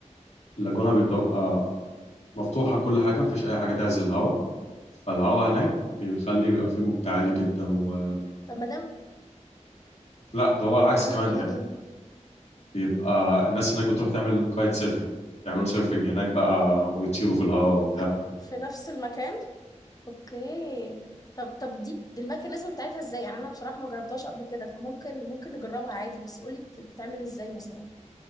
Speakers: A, on the left (about 60°); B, on the left (about 30°).
A: اللاجونه بتبقى مفتوحه كل حاجه مفيش اي حاجه تعزل الهواء فالهواء هناك بيخلي بيبقى فيه موج عالي جدا و...
B: طب ما
A: لا ده هو العكس
B: دام
A: كمان يعني بيبقى الناس هناك بتروح تعمل كايت سيرفنج يعملوا سيرفنج هناك بقى ويطيروا في الهواء وبتاع
B: اوكي في نفس المكان اوكي طب طب دي دي الميكانيزم بتاعتها ازاي يعني انا بصراحة ما جربتهاش قبل كده فممكن ممكن نجربها عادي بس قولي بت- بتتعمل ازاي مثلا